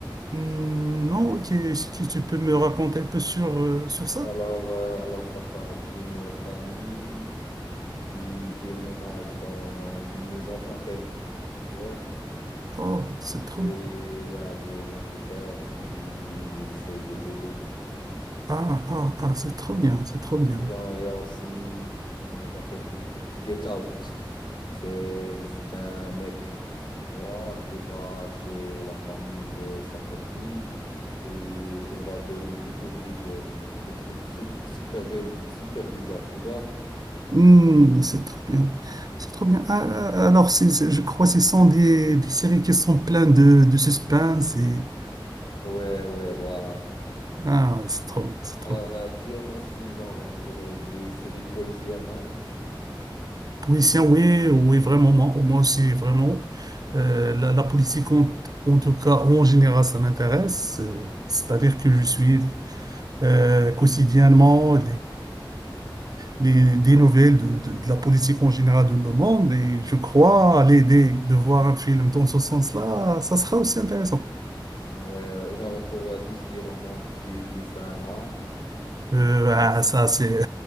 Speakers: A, on the right; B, on the left.
A: Hmm, Non, ok. Est-ce tu tu peux me raconter un peu sur, euh, sur ça?
B: Alors, euh, alors ça parle d'une famille qui, qui emménage dans une maison hantée, tu vois?
A: Oh, c'est trop
B: Et
A: bien.
B: il y a des enquêteurs qui essaient de les aider.
A: Ah, ah, ah, c'est trop bien, c'est trop bien.
B: Genre, il y a aussi, comment s'appelle-t-il? Get Out. C'est, c'est un mec noir qui va chez la famille de sa copine et il va de, découvrir euh, des trucs su- super, bais- super bizarres, tu vois?
A: Hmm, c'est trop bien, c'est trop bien. Ah, ah, alors, c'est, c'est- je crois que ce sont des, des séries qui sont pleines de, de suspense et...
B: Ouais, ouais, voilà.
A: Ah, ouais, c'est trop, c'est trop.
B: Alors, euh, tu aimes aussi, genre, on dirait des séries policières, non?
A: Policier, oui, oui, vraiment, moi, moi aussi, vraiment. Euh, la, la politique, en, en tout cas, en général, ça m'intéresse. Euh, C'est-à-dire que je suis euh, quotidiennement les, des nouvelles de, de, de la politique en général de le monde. Et je crois l'idée de voir un film dans ce sens-là, ça sera aussi intéressant.
B: Ouais, ouais, genre pour euh, tout ce qui est romantique et ça, non?
A: Euh, ah, ça, c'est...